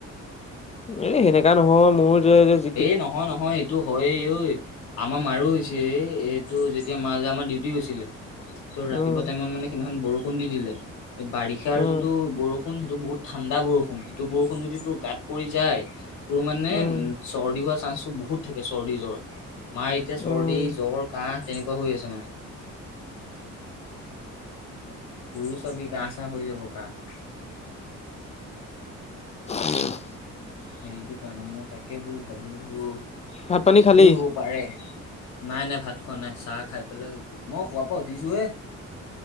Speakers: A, on the left; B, on the left.
A: এ সেনেকা নহয় মোৰ যে যে
B: এই নহয় নহয় এইটো হয়ে ঐ আমাৰ মাৰো হৈছে এই এইটো যেতিয়া মাৰ যে আমাৰ ডিউটি গৈছিলে। ত' ৰাতিপুৱা
A: উম
B: টাইমত মানে সেইদিনাখন বৰষুণ দি দিলে, এই বাৰিষাৰ
A: উম
B: যোনটো বৰষুণ সেইটো বহুত ঠাণ্ডা বৰষুণ, সেইটো বৰষুণ যদি তোৰ গাত পৰি যায়, তোৰ মানে
A: উম
B: চৰ্দি হোৱা চান্সটো বহুত থাকে, চৰ্দি জ্বৰ মাৰ এতিয়া চৰ্দি
A: উম
B: জ্বৰ কাহ তেনেকুৱা হৈ আছে মানে। তুুৰো চাবি কাহ চা হৈ যাব কাহ
A: <unintelligible>
B: সেইটো কাৰণে মই তাকে বোলো ভাবিলোঁ বোলো,
A: ভাত পানী
B: এইটোয়ে
A: খালি
B: হ'ব। পাৰে নাই নাই ভাত খোৱা নাই চাহ খাই পেলাই উঠি মই খোৱাৰ পৰা উঠিছো হে।